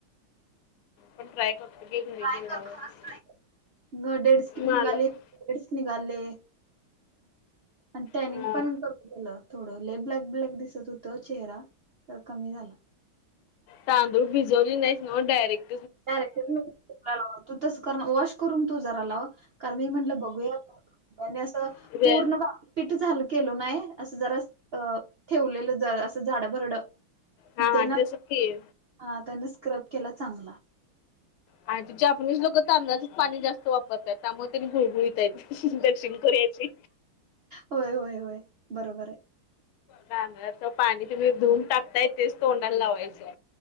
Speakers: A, on the left; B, on the right.
A: पण ट्रय करतो. घे घरी
B: ट्राय
A: गेल्यावर
B: कर खरच ट्राय कर म डेड स्किन
A: मला
B: निघाले
A: पण
B: बेडस निघाले. आणि टॅनिंग
A: हा
B: पण कमी झालं थोडं ले ब्लॅक ब्लॅक दिसत होत चेहरा तर कमी झाला.
A: तांदूळ भिजवली नाहीव डयरेक्ट.
B: डायरेक्ट लाव तू तस कर वॉश करून तू जरा लाव कारण मी म्हटलं बघूया त्यांनी असं,
A: नाही.
B: पूर्ण बाकी पीठ झालं केल नाही, असं जरा अ ठेवलेलं जर असं झाड भरड.
A: हा
B: त्यान,
A: हा तस की
B: हा त्यान स्क्रब केला चांगला.
A: आणि जापनीज लोक तांदळाचेच पाणी जास्त वापरतात, त्यामुळे त्यांनी गुळगुळीत आहेत. दक्षिण कोरियाची.
B: होय-होय-होय बरोबर आहे.
A: कांदळाच पाणी तुम्ही धुऊून टाकताय, तेच तोंडाला लावायचं.